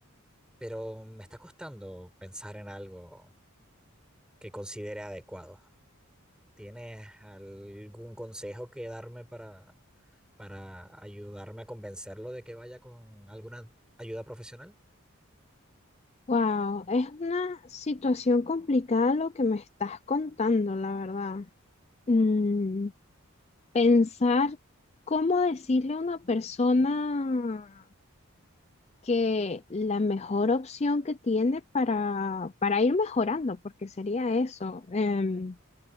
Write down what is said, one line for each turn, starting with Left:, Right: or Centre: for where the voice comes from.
Centre: pero me está costando pensar en algo que considere adecuado. ¿Tienes algún consejo que darme para, para ayudarme a convencerlo de que vaya con alguna ayuda profesional?
Left: Wow, es una situación complicada lo que me estás contando, la verdad. Mm, pensar cómo decirle a una persona que la mejor opción que tiene para, para ir mejorando, porque sería eso, em,